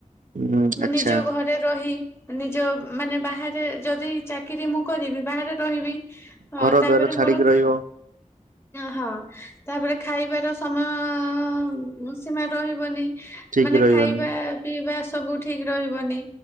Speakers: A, on the right (about 85°); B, on the left (about 20°).
A: ହୁଁ
B: ମୁଁ
A: ଆଚ୍ଛା
B: ନିଜ ଘରେ ରହି ନିଜ ମାନେ ବାହାରେ ଯଦି ଚାକିରି ମୁଁ କରିବି ବାହାରେ ରହିବି। ହଁ
A: ଘର
B: ତାପରେ
A: ଦ୍ୱାର ଛାଡିକି
B: ମୋର
A: ରହିବ
B: ହଁ ତାପରେ ଖାଇବାର ସମୟ ସୀମା ରହିବନି।
A: ଠିକ
B: ମାନେ
A: ରହିବନି
B: ଖାଇବା ପିଇବା ସବୁ ଠିକ ରହିବନି